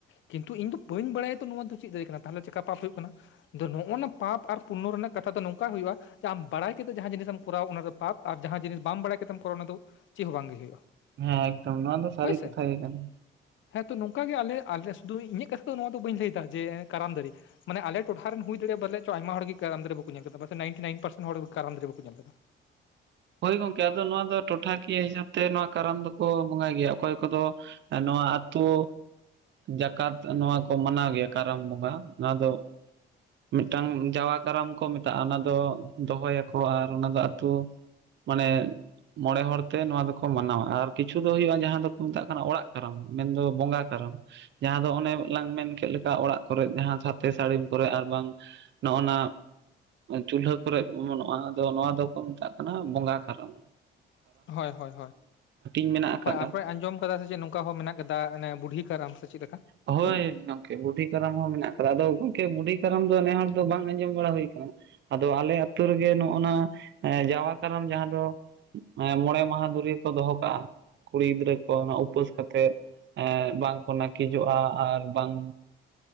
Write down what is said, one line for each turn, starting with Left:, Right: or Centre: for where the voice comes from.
Left: ᱠᱤᱱᱛᱩ ᱤᱧ ᱫᱚ ᱵᱟᱹᱧ ᱵᱟᱲᱟᱭᱟ ᱛᱚ ᱱᱚᱣᱟ ᱫᱚ ᱪᱮᱫ ᱫᱟᱨᱮ ᱠᱟᱱᱟ ᱛᱟᱦᱚᱞᱮ ᱪᱮᱠᱟ ᱯᱟᱯ ᱦᱩᱭᱩᱜ ᱠᱟᱱᱟ᱾ ᱟᱫᱚ ᱱᱚᱜᱼᱱᱟ ᱯᱟᱯ ᱟᱨ ᱯᱩᱨᱱᱚ ᱨᱮᱱᱟᱜ ᱠᱟᱛᱷᱟ ᱫᱚ ᱱᱚᱝᱠᱟ ᱦᱩᱭᱩᱜᱼᱟ ᱟᱢ ᱵᱟᱲᱟᱭ ᱠᱟᱛᱮᱫ ᱡᱟᱦᱟᱸ ᱡᱤᱱᱤᱥ ᱮᱢ ᱠᱚᱨᱟᱣᱟ ᱚᱱᱟ ᱫᱚ ᱯᱟᱯ, ᱟᱨ ᱡᱟᱦᱟᱸ ᱡᱤᱱᱤᱥ ᱵᱟᱢ ᱵᱟᱲᱟᱭ ᱠᱟᱛᱮᱢ ᱠᱚᱨᱟᱣᱟ ᱚᱱᱟ ᱫᱚ ᱪᱮᱫ ᱦᱚᱸ ᱵᱟᱝᱜᱮ ᱦᱩᱭᱩᱜᱼᱟ᱾
Right: ᱦᱮᱸ ᱮᱠᱫᱚᱢ ᱱᱚᱣᱟ ᱫᱚ ᱥᱟᱹᱨᱤ
Left: ᱦᱳᱭ
Right: ᱠᱟᱛᱷᱟ
Left: ᱥᱮ
Right: ᱜᱮ ᱠᱟᱱᱟ᱾
Left: ᱦᱮᱸ ᱛᱚ ᱱᱚᱝᱠᱟ ᱟᱞᱮ ᱟᱞᱮ ᱥᱩᱫᱩ ᱤᱧᱟᱹᱜ ᱠᱟᱛᱷᱟ ᱱᱚᱣᱟ ᱫᱚ ᱵᱟᱹᱧ ᱞᱟᱹᱭᱫᱟ ᱡᱮ ᱠᱟᱨᱟᱢ ᱫᱟᱨᱮ ᱢᱟᱱᱮ ᱟᱞᱮ ᱴᱚᱴᱷᱟ ᱨᱮᱱ ᱦᱩᱭ ᱫᱟᱲᱮᱭᱟᱜ ᱯᱟᱞᱮ ᱪᱚ ᱟᱭᱢᱟ ᱦᱚᱲ ᱜᱮ ᱠᱟᱨᱟᱢ ᱫᱟᱨᱮ ᱵᱟᱠᱚ ᱧᱮᱞᱫᱟ ᱱᱟᱭᱤᱱᱴᱤ ᱱᱟᱭᱤᱱ ᱯᱟᱨᱥᱮᱱ ᱦᱚᱲ ᱠᱟᱨᱟᱢ ᱫᱟᱨᱮ ᱵᱟᱠᱚ ᱧᱮᱞ ᱟᱠᱟᱫᱟ᱾
Right: ᱦᱳᱭ ᱜᱚᱝᱠᱮ ᱟᱫᱚ ᱱᱚᱣᱟ ᱫᱚ ᱴᱚᱴᱷᱟ ᱠᱤᱭᱟᱹ ᱦᱤᱥᱟᱹᱵ ᱛᱮ ᱱᱚᱣᱟ ᱠᱟᱨᱟᱢ ᱫᱚᱠᱚ ᱵᱚᱸᱜᱟᱭ ᱜᱮᱭᱟ, ᱚᱠᱚᱭ ᱠᱚᱫᱚ ᱱᱚᱣᱟ ᱟᱛᱳ ᱡᱟᱠᱟᱛ ᱱᱚᱣᱟ ᱠᱚ ᱢᱟᱱᱟᱣ ᱜᱮᱭᱟ ᱠᱟᱨᱟᱢ ᱵᱚᱸᱜᱟ ᱱᱚᱭᱟ ᱫᱚ ᱢᱤᱫᱴᱟᱝ ᱡᱟᱣᱟ ᱠᱟᱨᱟᱢ ᱠᱚ ᱢᱮᱛᱟᱜᱼᱟ ᱚᱱᱟ ᱫᱚ ᱫᱚᱦᱚᱭᱟᱠᱚ, ᱟᱨ ᱚᱱᱟ ᱫᱚ ᱟᱹᱛᱩ ᱢᱟᱱᱮ ᱢᱚᱲᱮ ᱦᱚᱲ ᱛᱮ ᱱᱚᱣᱟ ᱫᱚᱠᱚ ᱢᱟᱱᱟᱣᱟ, ᱟᱨ ᱠᱤᱪᱷᱩ ᱫᱚ ᱦᱩᱭᱩᱜᱼᱟ ᱡᱟᱦᱟᱸ ᱫᱚᱠᱚ ᱢᱮᱛᱟᱜ ᱠᱟᱱᱟ ᱚᱲᱟᱜ ᱠᱟᱨᱟᱢ ᱢᱮᱱ ᱵᱚᱸᱜᱟ ᱠᱟᱨᱟᱢ᱾ ᱡᱟᱦᱟᱸ ᱫᱚ ᱚᱱᱮ ᱞᱟᱝ ᱢᱮᱱ ᱠᱮᱫ ᱞᱮᱠᱟ ᱚᱲᱟᱜ ᱠᱚᱨᱮᱜ ᱡᱟᱦᱟᱸ ᱥᱟᱛᱮ ᱥᱟᱹᱲᱤᱢ ᱠᱚᱨᱮ ᱟᱨ ᱵᱟᱝ ᱱᱚᱜᱼ ᱱᱟ ᱪᱩᱞᱦᱟᱹ ᱠᱚᱨᱮᱜ ᱚᱢᱚᱱᱚᱜᱼᱟ ᱟᱫᱚ ᱱᱚᱣᱟ ᱫᱚᱠᱚ ᱢᱮᱛᱟᱜ ᱠᱟᱱᱟ ᱵᱚᱸᱜᱟ ᱠᱟᱨᱚᱢ᱾
Left: ᱦᱳᱭ ᱦᱳᱭ
Right: ᱢᱮᱱᱟᱜ ᱟᱠᱟᱫᱟ
Left: ᱦᱳᱭ, ᱟᱯᱮ ᱟᱸᱡᱚᱢ ᱠᱟᱫᱟ ᱥᱮᱪᱮ ᱱᱚᱝᱠᱟ ᱦᱚᱸ ᱢᱮᱱᱟᱜ ᱠᱟᱫᱟ ᱵᱩᱰᱦᱤ ᱠᱟᱨᱟᱢ ᱥᱮ ᱪᱮᱫ ᱞᱮᱠᱟ,
Right: ᱦᱳᱭ
Left: ᱢᱮᱱᱟᱜᱼᱟ?
Right: ᱜᱚᱝᱠᱮ ᱵᱩᱰᱷᱤ ᱠᱟᱨᱟᱢ ᱦᱚᱸ ᱢᱮᱱᱟᱜ ᱠᱟᱫᱟ, ᱟᱫᱚ ᱜᱚᱝᱠᱮ ᱵᱩᱰᱷᱤ ᱠᱟᱨᱟᱢ ᱫᱚ ᱱᱮ ᱦᱚᱲ ᱫᱚ ᱵᱟᱝ ᱟᱸᱡᱚᱢ ᱵᱟᱲᱟ ᱦᱩᱭ ᱠᱟᱱᱟ᱾ ᱟᱫᱚ ᱟᱞᱮ ᱟᱹᱛᱩ ᱨᱮᱜᱮ ᱱᱚᱜᱼᱱᱟ ᱡᱟᱣᱟ ᱠᱟᱨᱟᱢ ᱡᱟᱦᱟᱸ ᱫᱚ ᱢᱚᱲᱮ ᱢᱟᱦᱟ ᱫᱷᱩᱨᱤ ᱠᱚ ᱫᱚᱦᱚ ᱠᱟᱜᱼᱟ᱾ ᱠᱩᱲᱤ ᱜᱤᱫᱽᱨᱟᱹ ᱠᱚ ᱩᱯᱟᱹᱥ ᱠᱟᱛᱮᱫ᱾ ᱮ ᱵᱟᱝᱠᱚ ᱱᱟᱹᱠᱤᱡᱚᱜᱼᱟ ᱟᱨ ᱵᱟᱝ